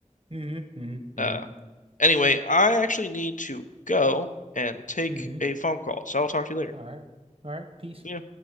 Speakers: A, on the right; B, on the left.
A: mm-hmm,
B: Uh, anyway, I actually need to go and take
A: mm-hmm.
B: a phone call, so I'll talk to you later.
A: All right, all right. Peace.
B: Yeah.